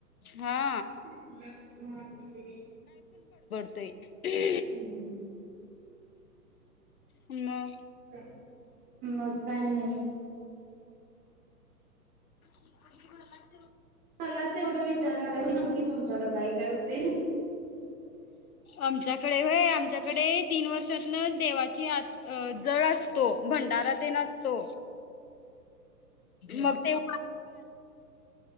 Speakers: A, on the left (about 60°); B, on the right (about 20°).
A: हा
B: <unintelligible>
A: तो ये. <unintelligible>
B: हम्म. <inaudible>
A: म.
B: मग. <unintelligible> काही नाही.
A: <unintelligible>
B: मलाच एवढं विचारला ला की, तुमच्याकडं काही काय होते?
A: आमच्याकडे होय आमच्याकडे तीन वर्षातन देवाची आ जळ असतो भंडारा तेन असतो. मग ते